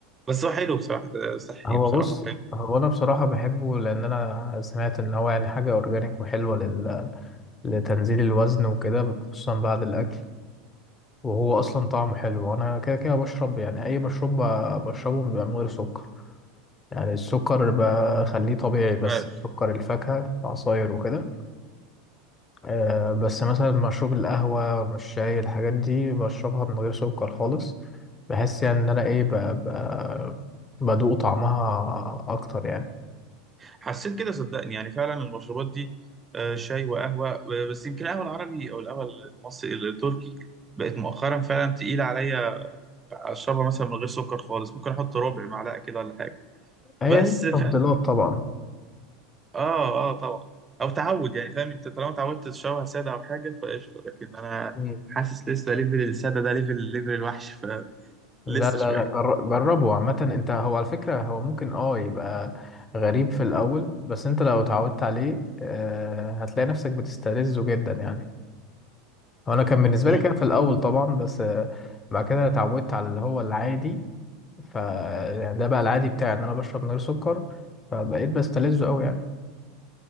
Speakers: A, on the right (about 20°); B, on the left (about 20°).
A: بس هو حلو بصراحة آه، صحي
B: هو
A: بصراحة
B: بص
A: حلو
B: هو انا بصراحة بحبه لان انا سمعت ان هو يعني حاجة اورجانيك وحلوة لل... لتنزيل الوزن وكده خصوصا بعد الاكل وهو اصلا طعمه حلو وانا كده كده بشرب يعني اي مشروب ب- بشربه بيبقى من غير سكر يعني السكر بخليه طبيعي بس
A: عاش
B: سكر الفاكهة عصاير وكده آه، بس مثلا مشروب القهوة الشاي الحاجات دي بشربها من غير سكر خالص بحس يعني إن أنا إيه ب... ب... بدوق طعمها أكتر يعني
A: حسيت كده صدقني يعني فعلا المشروبات دي آه، شاي وقهوة آه، بس يمكن القهوة العربي أو القهوة المصري التركي بقت مؤخرا فعلا تقيلة عليا أشربها مثلا من غير سكر خالص ممكن أحط ربع معلقة كده ولا حاجة
B: هي
A: بس
B: دي التفضيلات
A: فعلا
B: طبعا
A: آه آه طبعا أو تعود يعني فاهم أنت طالما اتعودت تشربها سادة أو حاجة فقشطة لكن أنا
B: مم.
A: حاسس لسه ليفل السادة ده ليفل ليفل الوحش
B: لا
A: فلسه
B: لا
A: شوية
B: لا جر... جربه عامة أنت هو على فكرة هو ممكن أه يبقى غريب في الأول بس أنت لو اتعودت عليه آه، هتلاقي نفسك بتستلذه جدا يعني هو أنا كان بالنسبة
A: ممكن
B: لي كده في الأول طبعا بس آه، بعد كده اتعودت على اللي هو العادي ف يعني ده بقى العادي بتاعي ان انا بشرب من غير سكر فبقيت بستلذه قوي يعني